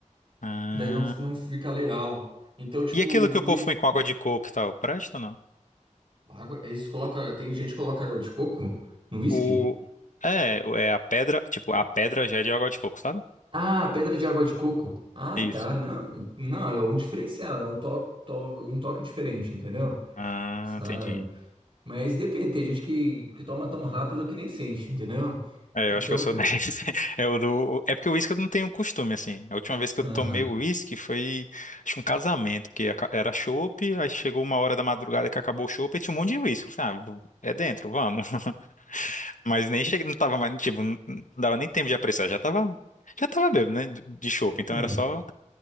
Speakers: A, on the left; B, on the right.
A: Ah.
B: Daí não, não fica legal. Então, tipo,
A: E aquilo
B: o...
A: que o povo
B: i-
A: põe com água de coco e tal, presta ou não?
B: água, eles colocam. Tem gente que coloca água de coco no uísque?
A: O... É, é a pedra, tipo, a pedra já é de água de coco, sabe?
B: Ah, pedra de água de coco. Ah,
A: Isso.
B: tá. Não, não, é um diferencial, é um toque, um toque diferente, entendeu?
A: Ah,
B: Sabe?
A: entendi.
B: Mas depende, tem gente que, que toma tão rápido que nem sente, entendeu?
A: É,
B: Então
A: eu acho que eu sou
B: o que.
A: 10. <laughs> É, o do... é porque o uísque eu não tenho costume, assim. A última vez que eu
B: Aham.
A: tomei o uísque foi, acho que um casamento, porque aca- era chopp, aí chegou uma hora da madrugada que acabou o chopp e tinha um monte de uísque. Eu falei, ah, vou- é dentro, vamos. <laughs> Mas nem cheguei, não tava mais, tipo, não não dava nem tempo de apreciar, já tava, já tava bêbado, né, de de chopp, então
B: Hum.
A: era só,